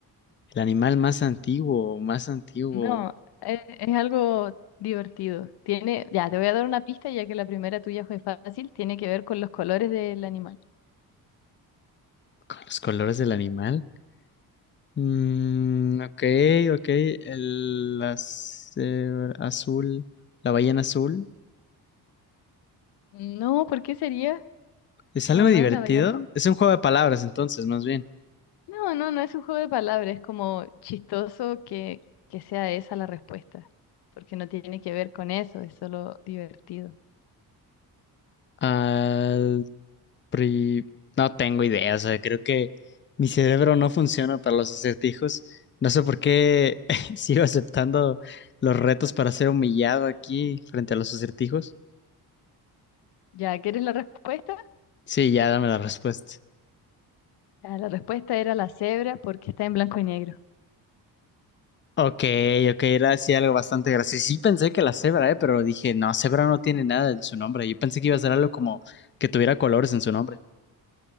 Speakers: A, on the left; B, on the left.
A: El animal más antiguo, más antiguo,
B: no, es, es algo divertido. Tiene, ya, te voy a dar una pista ya que la primera tuya fue fácil, tiene que ver con los colores del animal.
A: con los colores del animal. Mm, ok, ok. El, las- eh, azul, la ballena azul.
B: No, ¿por qué sería?
A: ¿Es algo
B: No,
A: divertido?
B: no es la ballena.
A: Es un juego de palabras, entonces, más bien.
B: No, no, no es un juego de palabras, es como chistoso que, que sea esa la respuesta, porque no tiene que ver con eso, es solo divertido.
A: Al pri- No tengo idea, o sea, creo que mi cerebro no funciona para los acertijos. No sé por qué <laughs> sigo aceptando los retos para ser humillado aquí frente a los acertijos.
B: ¿Ya quieres la respuesta?
A: Sí, ya dame la respuesta.
B: Ah, La respuesta era la cebra porque está en blanco y negro.
A: Ok, ok, era sí algo bastante gracioso. Sí pensé que la cebra, eh, pero dije, no, cebra no tiene nada en su nombre. Yo pensé que iba a ser algo como que tuviera colores en su nombre.